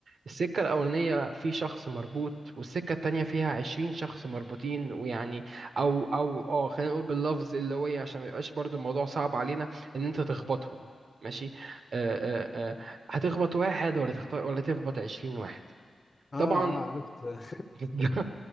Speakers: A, on the right; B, on the left.
A: السكة الأولانية في شخص مربوط والسكة التانية فيها عشرين شخص مربوطين ويعني أو أو اه خلينا نقول باللفظ اللي هو إيه عشان ما يبقاش برضو الموضوع صعب علينا إن أنت تخبطهم ماشي آه آه آه هتخبط واحد ولا تخطئ ولا تخبط عشرين واحد
B: اه
A: طبعا
B: اه عرفتها
A: <laughs>